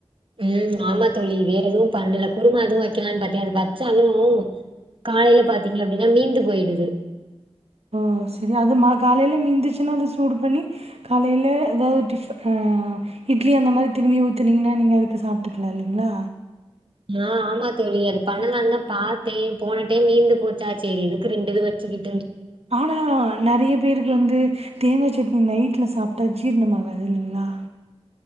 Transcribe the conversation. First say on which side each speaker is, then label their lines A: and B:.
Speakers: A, on the right; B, on the right.
A: ம் ஆமா தோழி வேற எதுவும் பண்ணல குருமா அதுவு க்கெலான் பாத்தே அது வச்சாலும் காலையில பாத்தீங்க அப்டின்னா மீந்து போயிடுது
B: ஓ சரி அது மா காலையில மீந்துச்சுன்னா அது சூடு பண்ணி காலையில ஏதாவது டிஃப் ஹா இட்லி அந்த மாரி திரும்பியு ஊத்துனீங்கன்னா நீங்க அதுக்கு சாப்ட்டுக்லா இல்லிங்ளா
A: ஆஹ் ஆமா தோளி அது பண்ணலான்தா பாத்தேன் போன டைம் மீந்து போச்சா செரி எதுக்கு ரெண்டுது வச்சுகிட்
B: ஆனா நறைய பேருக்கு வந்து தேங்கா சட் சட்னி நைட்ல சாப்ட்டா ஜீர்ணமாகாது இல்லிங்ளா